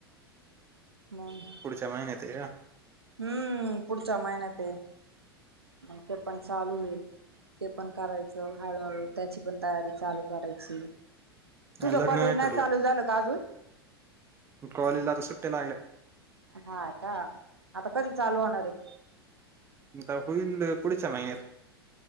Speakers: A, on the right; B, on the right.
A: मग
B: पुढच्या महिन्यात आहे ना?
A: हम्म पुढच्या महिन्यातेय. मग ते पण चालू होईल. ते पण करायचं हळूहळू त्याची पण तयारी चालू करायची. तुझ
B: का लग्न
A: कॉलेज नाही
B: ठरलंय
A: चालू झालं का अजून?
B: कॉलेजला आता सुट्ट्या लागल्या
A: हा, का? आता कधी चालू होणार आहे?
B: आता होईल पुढच्या महिन्यात.